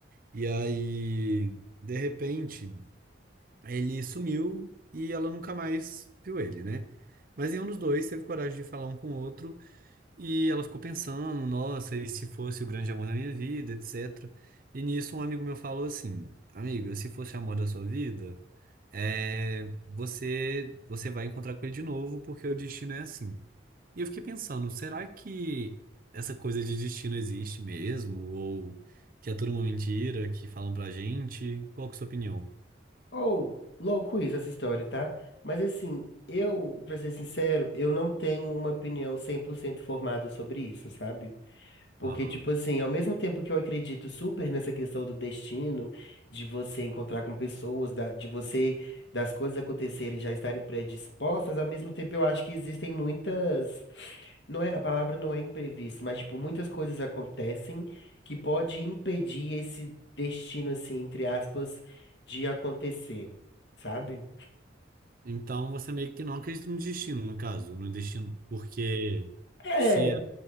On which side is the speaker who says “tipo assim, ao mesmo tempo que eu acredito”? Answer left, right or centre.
Left